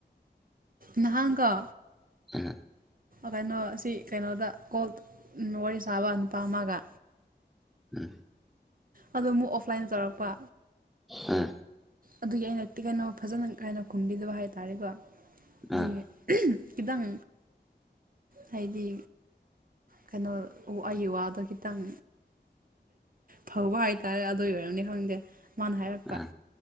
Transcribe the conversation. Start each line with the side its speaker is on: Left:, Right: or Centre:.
Right: ꯅꯍꯥꯟꯀꯣ
Centre: ꯎꯝ
Right: ꯀꯩꯅꯣ ꯁꯤ ꯀꯩꯅꯣꯗ ꯀꯣꯜ ꯋꯥꯔꯤ ꯁꯥꯕ ꯅꯨꯄꯥ ꯑꯃꯒ
Centre: ꯎꯝ
Right: ꯑꯗꯣ ꯑꯃꯨꯛ ꯑꯣꯐꯂꯥꯏꯟꯗ ꯇꯧꯔꯛꯄ
Centre: ꯎꯝ
Right: ꯑꯗꯨꯒꯤ ꯑꯩꯅ ꯇꯤ ꯀꯩꯅꯣ ꯐꯖꯅ ꯀꯥꯏꯅ ꯈꯨꯝꯕꯤꯗꯕ ꯍꯥꯏꯇꯥꯔꯦꯀꯣ ꯑꯗꯨꯒꯤ
Centre: ꯑꯥ
Right: <unintelligible> ꯈꯤꯇꯪ ꯍꯥꯏꯗꯤ ꯀꯩꯅꯣ ꯑꯩꯒꯤ ꯋꯥꯗꯣ ꯈꯤꯇꯪ ꯐꯧꯕ ꯍꯥꯏꯇꯥꯔꯦ ꯑꯗꯨ ꯑꯣꯏ ꯑꯣꯏꯔꯝꯅꯤ ꯈꯪꯗꯦ ꯃꯥꯅ ꯍꯥꯏꯔꯛꯄ
Centre: ꯑꯥ